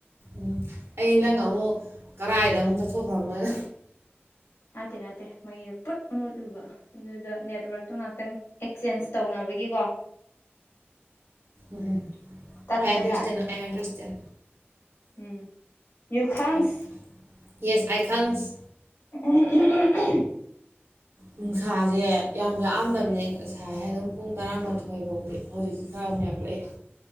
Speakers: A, on the right; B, on the left.
A: ꯎꯝ ꯑꯩ ꯅꯪ ꯑꯃꯨꯛ ꯀꯔꯥꯏꯗ ꯑꯃꯨꯛ ꯆꯠꯊꯣꯛꯈ꯭ꯔꯕꯅꯣ
B: ꯅꯠꯇꯦ ꯅꯠꯇꯦ ꯃꯩꯗꯣ ꯄꯨꯨꯠ ꯃꯨꯠꯂꯨꯕ ꯑꯗꯨꯗ ꯅꯦꯠꯋꯔꯛꯇꯣ ꯉꯥꯛꯇꯪ ꯑꯦꯛꯆꯦꯟꯖ ꯇꯧꯅꯕꯒꯤꯀꯣ
A: ꯎꯝ
B: ꯇꯠꯄꯖꯥꯠꯅꯤ
A: ꯑꯥꯏ ꯑꯟꯗꯔꯁꯇꯦꯟ ꯑꯥꯏ ꯑꯟꯗꯔꯁꯇꯦꯟ
B: ꯎꯝ ꯌꯨꯈꯪꯁ
A: ꯍꯣꯏ ꯌꯦꯁ ꯑꯥꯏ ꯈꯪꯁ
B: ꯎꯝ <unintelligible>
A: ꯅꯨꯡꯁꯥꯁꯦ ꯌꯥꯝ ꯂꯥꯛꯑꯝꯗꯕꯅꯦ ꯉꯁꯥꯏ ꯑꯗꯨꯝ ꯄꯨꯡ ꯇꯔꯥꯃꯥꯊꯣꯏ ꯐꯥꯎꯗꯤ ꯍꯧꯖꯤꯛꯛꯇꯤ ꯊꯥ ꯌꯥꯝ ꯌꯥꯛꯈꯠꯂꯛꯑꯦ